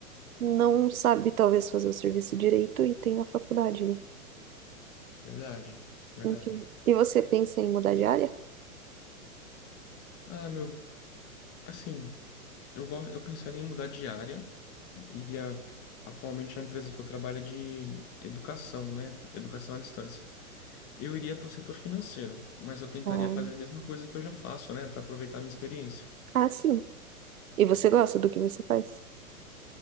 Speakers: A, on the right (about 70°); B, on the left (about 30°).
A: não sabe, talvez, fazer o serviço direito e tem a faculdade, né?
B: Verdade, verdade.
A: Enfim. E você pensa em mudar de área?
B: Ah, meu, assim, eu go- eu pensaria em mudar de área. Iria atualmente a empresa que eu trabalho é de educação, né? Educação à distância. Eu iria para o setor financeiro, mas eu tentaria
A: Ah,
B: fazer a mesma coisa que eu já faço, né, para aproveitar a minha experiência.
A: ah, sim. E você gosta do que você faz?